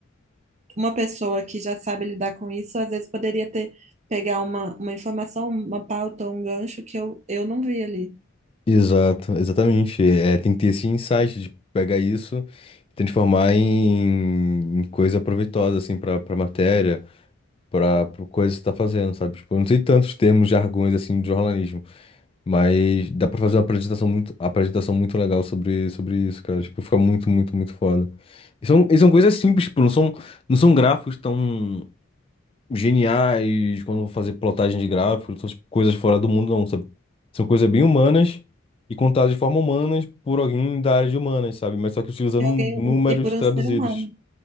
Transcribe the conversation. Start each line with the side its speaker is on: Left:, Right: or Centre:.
Right: uma pessoa que já sabe lidar com isso, às vezes poderia ter pegar uma, uma informação, uma pauta, um gancho que eu, eu não vi ali.
Left: Exato, exatamente. É, tem que ter esse insight de pegar isso e transformar em, em coisa proveitosa, assim, pra, pra matéria, pra, pra coisa que você tá fazendo, sabe? Tipo, eu não sei tantos termos, jargões, assim, de jornalismo. Mas dá pra fazer uma apresentação muito, apresentação muito legal sobre, sobre isso, cara. Tipo, fica muito, muito, muito foda. E são, e são coisas simples, tipo, não são, não são gráficos tão geniais quando eu vou fazer plotagem de gráficos, são tipo, coisas fora do mundo, não, sabe? São coisas bem humanas e contadas de forma humanas por alguém da área de humanas, sabe? Mas só que utilizando
Right: E alguém,
Left: números
Right: um, e por um
Left: traduzidos.
Right: ser humano.